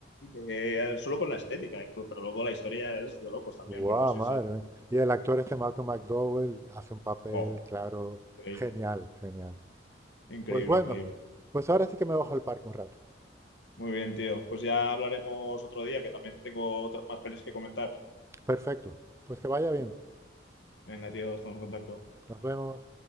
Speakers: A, on the left; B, on the right.
A: te- Solo con la estética, incluso, pero luego la historia es de locos también,
B: Guau,
A: pero sí,
B: madre
A: sí.
B: mía. Y el actor este Malcolm McDowell hace un papel,
A: Oh,
B: claro,
A: increíble,
B: genial, genial.
A: increíble,
B: Pues bueno,
A: increíble.
B: pues ahora sí que me bajo al parque un rato.
A: Muy bien, tío. Pues ya hablaremos otro día, que también tengo otra- más pelis que comentar.
B: Perfecto. Pues que vaya bien.
A: Venga, tío, estamos en contacto.
B: Nos vemos.